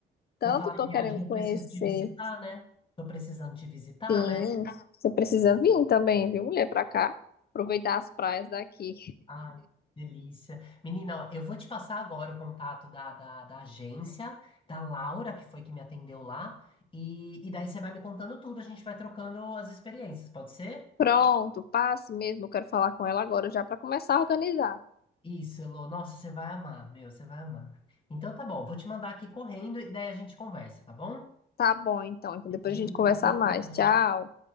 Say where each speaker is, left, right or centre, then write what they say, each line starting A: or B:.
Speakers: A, on the left; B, on the left.
A: Tanto
B: por falar em
A: tô
B: viagem,
A: querendo
B: eu
A: conhecer.
B: preciso te visitar, né? Tô precisando te visitar,
A: Sim,
B: né?
A: você precisa vir também, viu, mulher, pra cá. Aproveitar as praias daqui.
B: Ai, delícia. Menina, ó, eu vou te passar agora o contato da, da, da agência, da Laura, que foi que me atendeu lá, e, e daí você vai me contando tudo, a gente vai trocando as experiências, pode ser?
A: Pronto, passe mesmo. Eu quero falar com ela agora já pra começar a organizar.
B: Isso, Elô. Nossa, você vai amar, meu, você vai amar. Então tá bom, vou te mandar aqui correndo e daí a gente conversa, tá bom?
A: Tá bom, então. Então
B: Beijinho,
A: depois a gente conversa
B: tchau,
A: mais.
B: tchau.
A: Tchau.